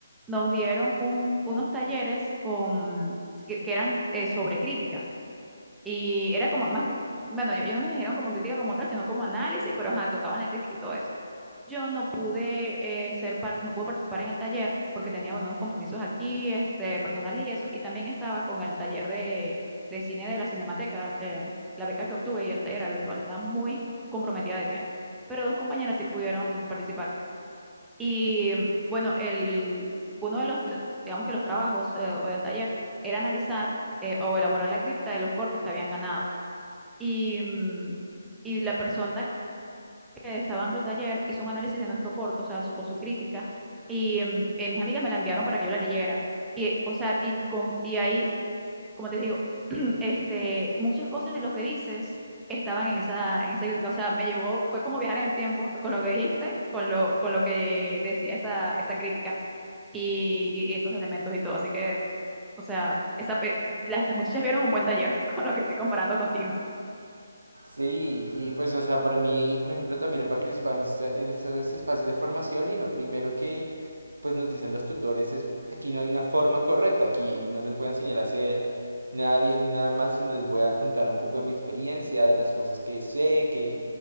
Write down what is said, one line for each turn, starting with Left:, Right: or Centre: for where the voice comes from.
Centre: nos dieron un- unos talleres con, que, que eran eh, sobre crítica. Y era como más que, bueno, yo, yo no me dijeron como crítica como tal, sino como análisis, pero ajá, tocaban la crítica y todo eso. Yo no pude eh, ser parte, no pude participar en el taller porque tenía, bueno, unos compromisos aquí, este, personales y eso, y también estaba con el taller de, de cine de la Cinemateca, eh, la beca que obtuve y el taller era virtual, estaba muy comprometida de tiempo. Pero dos compañeras sí pudieron participar. Y bueno, el, uno de los, lo- digamos que los trabajos eh, o del taller era analizar eh, o elaborar la crítica de los cortos que habían ganado. Y, mm, y la persona que estaba dando el taller hizo un análisis de nuestro corto, o sea, su- o su crítica, y mm, eh, mis amigas me la enviaron para que yo la leyera. Y, o sea, y, con, y ahí, como te digo, <clears throat> este, muchas cosas de lo que dices estaban en esa, en esa crítica, o sea, me llevó, fue como viajar en el tiempo con lo que dijiste, con lo, con lo que decía esa, esa crítica y, y- y esos elementos y todo. Así que, o sea, esa, pe- las, las muchachas vieron un buen taller <laughs> con lo que estoy comparando contigo.
Right: Sí, y pues, o sea, para mí, por ejemplo, también he participado en, este- en estos espacios de formación y lo primero que, pues, nos dicen los tutores es, aquí no hay una forma correcta, aquí no les voy a enseñar a hacer nada bien ni nada mal, sino les voy a contar un poco de mi experiencia, de las cosas que sé, que,